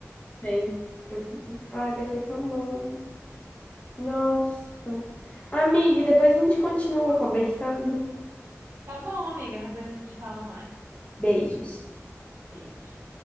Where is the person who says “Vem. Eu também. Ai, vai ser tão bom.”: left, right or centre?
Left